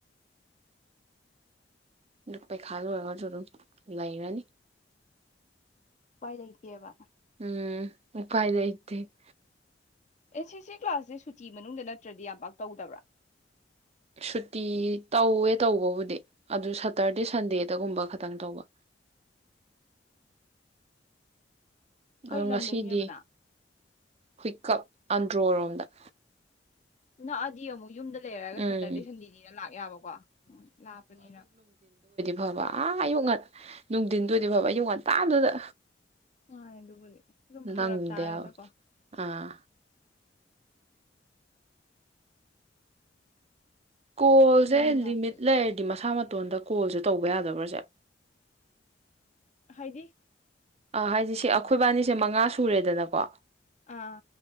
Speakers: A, on the right; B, on the left.
A: ꯅꯨꯨ ꯄꯩꯈꯥ ꯂꫭꯏꯒꯔꯒꯖꯨ ꯑꯗꯨꯝ ꯂꯥꯏꯔꯅꯤ
B: ꯎꯄꯥꯏ ꯂꯩꯇꯦꯕ
A: ꯎꯝ ꯎꯐꯥꯏ ꯂꯩꯇꯦ
B: ꯑꯦꯟ ꯁꯤ ꯁꯤ ꯀ꯭ꯂꯥꯁꯁꯦ ꯁꯨꯇꯤ ꯃꯅꯨꯡꯗ ꯅꯠꯇ꯭ꯔꯗꯤ ꯌꯥꯝ ꯄꯥꯛ ꯇꯧꯗꯕ꯭ꯔꯥ
A: ꯁꯨꯇꯤ ꯇꯧꯋꯦ ꯇꯧꯕꯕꯨꯗꯤ ꯑꯗꯨ ꯁꯇꯔꯗꯦ ꯁꯟꯗꯦꯗꯒꯨꯝꯕ ꯈꯇꯪ ꯇꯧꯕ
B: <inaudible> ꯀꯩ
A: ꯑꯗꯣ
B: ꯂꯝꯗꯩꯅꯦꯕꯅ
A: ꯉꯁꯤꯗꯤ ꯍꯨꯏꯀꯞ ꯑꯟꯗ꯭ꯔꯣꯔꯣꯝꯗ
B: ꯅꯛꯑꯗꯤ ꯑꯃꯨꯛ ꯌꯨꯝꯗ ꯂꯩꯔꯒ
A: ꯎꯝ
B: ꯁꯦꯇꯔꯗꯦ ꯁꯟꯗꯦꯅꯤꯅ ꯂꯥꯛ ꯌꯥꯕꯀꯣ ꯎꯝ ꯂꯥꯛꯄꯅꯤꯅ
A: ꯐꯕꯥ ꯑꯥ ꯑꯌꯨꯛ ꯉ ꯅꯨꯡꯊꯤꯟꯗ ꯑꯣꯏꯗꯤ ꯐꯕ ꯉꯟꯇ ꯗꯨꯗ
B: ꯃꯥꯅꯦ ꯑꯗꯨꯕꯨꯅꯤ ꯑꯗꯨꯝ ꯐꯔꯛ
A: ꯅꯪꯗꯦꯕ
B: ꯇꯥꯔꯦꯅꯀꯣ
A: ꯑꯥ ꯀꯣꯜꯁꯦ
B: ꯂꯝ ꯂꯥꯞꯄꯒꯤ
A: ꯂꯤꯃꯤꯠ ꯂꯩꯔꯗꯤ ꯃꯁꯥ ꯃꯥꯇꫭꯝ ꯃꯇꯇꯣꯟꯗ ꯀꯣꯜꯁꯦ ꯇꯧꯕ ꯌꯥꯗꯕ꯭ꯔꯁꯦ
B: ꯍꯥꯏꯗꯤ
A: ꯑ ꯍꯥꯏꯗꯤ ꯁꯤ ꯑꯩꯈꯣꯏꯕꯥꯅꯤꯁꯦ ꯃꯉꯥ ꯁꯨꯔꯦꯗꯅꯀꯣ
B: ꯑꯥ